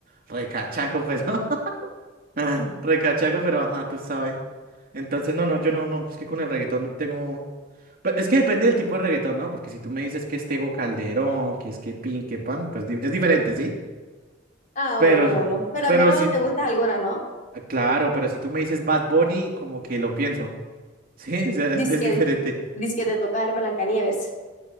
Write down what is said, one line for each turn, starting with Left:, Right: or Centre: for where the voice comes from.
Right: Recachaco, <laughs> pero. Ajá, recachaco, pero ajá, tú sabes. Entonces, no, no, yo no, no, es que con el reggaetón no tengo... Pues, es que depende del tipo de reggaetón, ¿no? Porque si tú me dices que es Tego Calderón, que es que Pin, que Pan, pues di- es diferente, ¿sí?
Left: Ah,
Right: Pero,
Left: bueno, no, no. Pero
Right: pero
Left: al menos
Right: si,
Left: te
Right: t-
Left: gustas algunas, ¿no?
Right: ah, claro, pero si tú me dices Bad Bunny, como que lo pienso, <laughs> ¿sí? O sea,
Left: Dice
Right: es, es diferente.
Left: que, te toca ver Blancanieves.